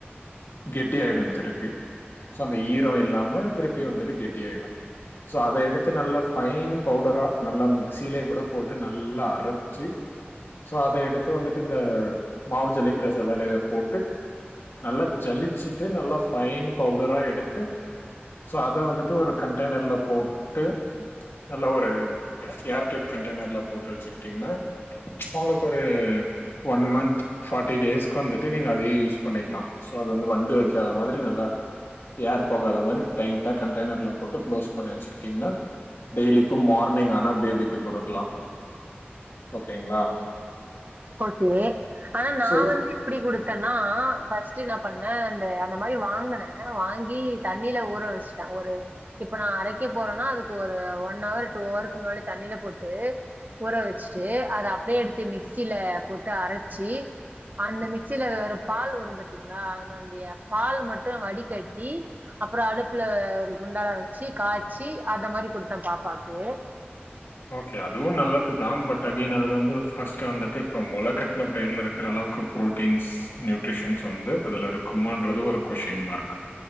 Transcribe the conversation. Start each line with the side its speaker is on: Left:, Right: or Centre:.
Left: கெட்டி ஆயிடு திருப்பி சோ அந்த ஈரோ இல்லாம திருப்பியு வந்துட்டு கெட்டியாயிடு சோ அத எடுத்து நல்ல ஃபைன் பவுடரா நல்ல மிக்சியிலேயே கூட போட் டு நல்லா அரச்சு சோ அத எடுத்து வந்துட்டு இந்த மாவு ஜலிக்கிர சல்லடைல போட்டு நல்லா ஜலிச்சுட்டு நல்லா ஃபைன் பவுடரா எடுத்து சோ அத வந்துட்டு ஒரு கண்ட்டெய்னர்ல போட்டு நல்ல ஒரு ஏர்டைட் க ண்ட்டெய்னர்ல போட்டு வச்சுக்கிட்டீங்கனா உங்களுக்கு ஒரு ஒன் மன்த் ஃபார்ட்டி டேஸ்கு வந்துட்டு நீங்க அதயே யூஸ் பண்ணிக்கலா சோ அது வந்து வண்டு வைக்காத மாதிரி நல்லா ஏர் போகாத மாரி டைட்டா கண்டெய்னர்ல போட்டு க்ளோஸ் பண்ணி வச்சுக்கிட்டீங்கனா டெய்லிக்கு மார்னிங் ஆனா பேபிக்கு குடுக்கலா ஓகேங்களா
Right: ஓகே ஆனா நா
Left: ஸோ
Right: வந் எப்டி குடுத்தேனா ஃபஸ்ட்டு என்ன பண் அ அந்த அந்த மாரி வாங்குனே வாங்கி தண்ணில ஊற வஸ்ட்டே ஒரு இப்ப நா அரைக்க போ போறனா அதுக்கு ஒரு ஒன்னவர் டூஅவருக்கு முன்னாடி தண்ணில போட்டு ஊற வச்சுட்டு அத அப்டியே எடுத்து மிக்சில போட்டு அரச்சு அந்த மிக்சில ஒரு பால் வரு பாத்தீங்களா அதனோடிய பால் மட்டு வடிகட்டி அப்றோ அடுப்புல ஒரு குண்டால வச்சு காய்ச்சி அந்த மாரி குடுத்தே பாப்பாக்கு
Left: ஓகே அதுவு நல்லது தா பட் அகென் அதுல வந்து பஸ்ட்டு வந்துட்டு இப்ப மொளகட்ன பயிர்ல இருக்கிறலா அளவுக்கு புரோட்டீன்ஸ் நியூட்ரிஷன்ஸ் வந்து அதுல இருக்குமான்றது ஒரு கொஸ்டின் மார்க்